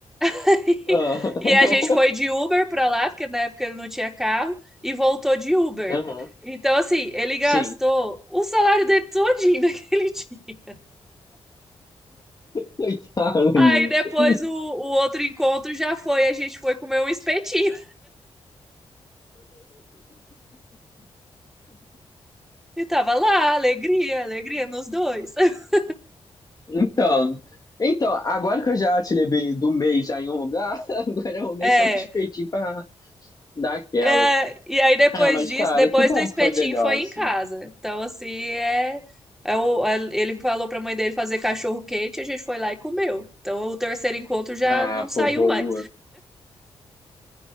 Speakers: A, in the centre; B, on the left.
A: <laughs>
B: ah,
A: E a gente foi de Uber pra lá, porque na época ele não tinha carro, e voltou de Uber.
B: <laughs> aham,
A: Então, assim, ele gastou
B: Sim.
A: o salário dele todinho <laughs> naquele dia.
B: Coitado, <laughs>
A: Aí depois
B: gente.
A: o, o outro encontro já foi, a gente foi comer um espetinho. E tava lá, alegria, alegria nos dois. <laughs>
B: Então. Então, agora que eu já te levei do mês já em um lugar, <laughs> agora eu nem
A: É,
B: só no espetinho pra dar aquela.
A: é, e aí depois
B: Ah, mas
A: disso,
B: cara,
A: depois
B: que bom
A: do espetinho
B: que foi legal,
A: foi
B: assim.
A: em casa. Então, assim, é, é o- a- ele falou pra mãe dele fazer cachorro quente, a gente foi lá e comeu. Então, o terceiro encontro já
B: Ah,
A: não saiu
B: pô, boa.
A: mais.